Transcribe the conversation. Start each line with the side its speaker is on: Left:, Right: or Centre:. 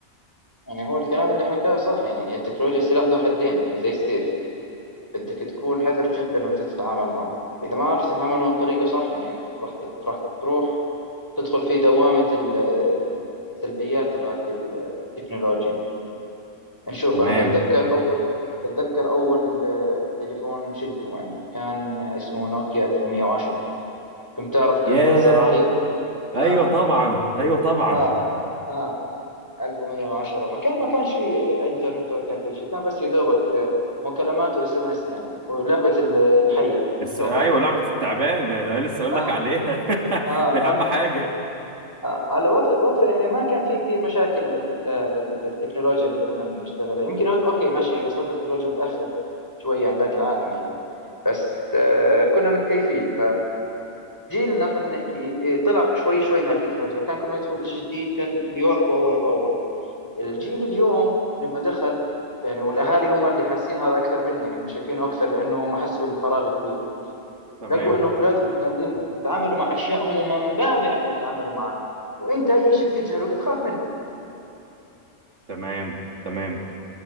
Left: يعني هو الكلام اللي حكاه صح يعني هي التكنولوجيا سلاح ذو حدين يعني زي السيف بدك تكون حذر جدا وانت تتعامل معه اذا ما عرفت تتعامل معه بطريقه صح يعني راح ت- راح تروح تدخل في دوامه ال- السلبيات تبعت التكنولوجيا يعني نشوف
Right: تمام
Left: انا بتذكر اول بتذكر اول آه، تليفون شلته يعني كان اسمه نوكيا 1110 كنت تعرف كان
Right: ياه
Left: ذا زراير
Right: ايوه
Left: اه
Right: طبعا ايوه طبعا
Left: اه اه 1110 ما كان ما كانش في انترنت ولا كان في شيء كان بس يا دوبك آه، مكالمات واس ام اس يعني ولعبه ال- الحيه
Right: الس...
Left: ثعبان
Right: ايوه لعبه التعبان انا لسه اقول
Left: آه
Right: لك عليها <laughs>
Left: آه
Right: دي اهم
Left: آه
Right: حاجه
Left: آه على وقت وقتها يعني ما كان في كثير مشاكل ل- ل- للتكنولوجيا اللي كنا بنشتغلها يمكن هو- اوكي ماشي هي وصلتنا التكنولوجيا متاخر شوي عن باقي العالم يعني بس آه كنا متكيفين فجيلنا خلينا نحكي آه، طلع شوي شوي مع التكنولوجيا فكان كل ما يدخل شيء جديد كان بيواكبه اول باول الجيل اليوم لما دخل يعني والاهالي هم اللي حاسين هذا اكثر منه يعني هم شايفينه اكثر لانه هم حسوا بالفراغ كبير
Right: تمام
Left: لقوا انه اولادهم قاعدين بيتعاملوا مع اشياء هم ما ما بيعرفوا يتعاملوا معها وانت اي شيء بتجهله بتخاف منه
Right: تمام تمام